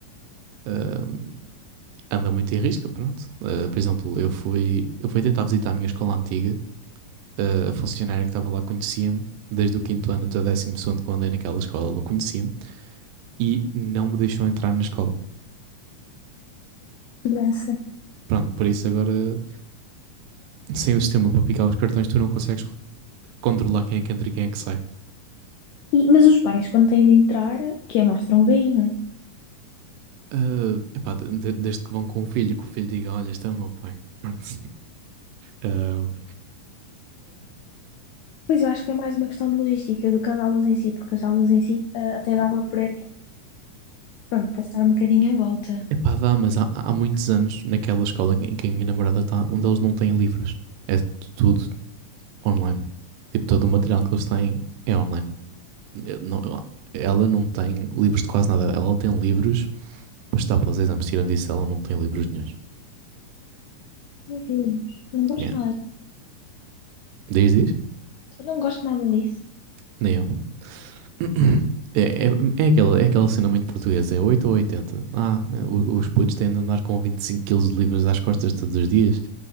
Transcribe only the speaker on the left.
Segurança.
E- mas os pais, quando têm de entrar, que é mostram o BI, não é?
Pois eu acho que é mais uma questão de logística do que as aulas em si, porque as aulas em si eh, até dava para, pronto, para estar um bocadinho à volta.
Meu Deus, não gosto
nada.
Eu não gosto nada disso.